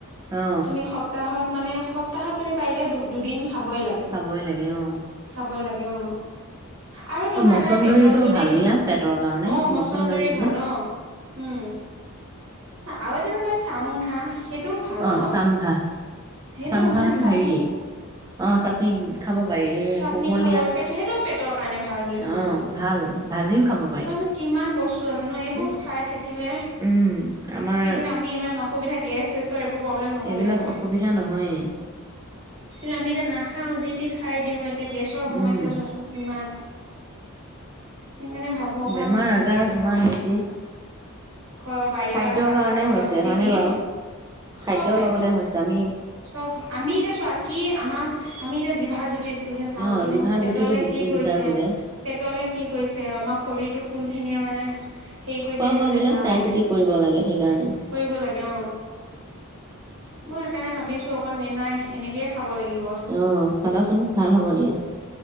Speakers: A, on the right; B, on the right.
A: অ
B: তুমি সপ্তাহত মানে সপ্তাহত তুমি পাৰিলে দু দুদিন খাবই লাগে
A: খাবই লাগে অ
B: খাবই লাগে অ আৰু তোমাৰ
A: অ মচন্দৰীতটো
B: এটা পেটৰ যদি
A: ভাল দিয়া পেটৰ কাৰণে
B: অ মচন্দৰী
A: মছন্দৰী
B: ভাল অ উম আৰু এটা কয় চামঘা সেইটো ভাল
A: অ
B: ন
A: চামঘাঁহ
B: সেইটো
A: চামঘাঁহটো
B: মানে চাটনি
A: হেৰি অ চাটনি খাব পাৰি
B: চাটনি
A: এই কোমলীয়া
B: খাব প পেট সেইটোও পেটৰ কাৰণে ভাল বুলি শুনিছো
A: অ ভাল ভাজিও খাব পাৰি
B: ত কিমান বস্তু আছে ন এইবোৰ
A: ই
B: খাই থাকিলে
A: উম আমাৰ
B: কি থ আমি ইমান অসুবিধা গেছ চেছৰ এইবোৰ প্ৰবম্বলেন নহ'লে
A: এইবিলাক
B: হয়
A: অসুবিধা নহয়েই
B: কিন্তু আমি এতিয়া নাখাও খাই দিওঁ এতিয়া গেছৰ সমস্যা
A: উম
B: চোৱাচোন কিমান সেইকাৰণে ভাবো অকমান
A: বেমাৰ আজাৰ ইমান বেছি
B: ঘৰৰ বাৰীৰ
A: খাদ্যৰ
B: পৰা শাক
A: কাৰণে
B: চাক অলপ
A: হৈছে
B: ছিগি
A: হয়নে বাৰু খাদ্যৰ
B: চব খাদ্য
A: লগতে হৈছে আমি
B: চব আমি এতিয়া চোৱা কি আমাৰ আমি এতিয়া ভাত জ্যোতি টোহে চাও
A: অ
B: কিন্তু
A: জিভাৰ
B: পেটলে
A: জুতিটো বেছি
B: কি গৈছে
A: বিচাৰো যে
B: পেটলে কি গৈছে আমাৰ শৰীৰটোত কোনখিনি আমাৰ উ সেই কৰিছে
A: খোৱা
B: সেইটো
A: বোৱা
B: নাচাওঁৱে
A: বিলাক চাই
B: আমি
A: চিতি কৰিব লাগে সেইকাৰণে
B: কৰিব লাগে অ মই সেইকাৰণে ভাবিছো অকণ ন নাই এনেকে খাব লাগিব
A: অ খাবাচোন ভাল হ'ব দিয়া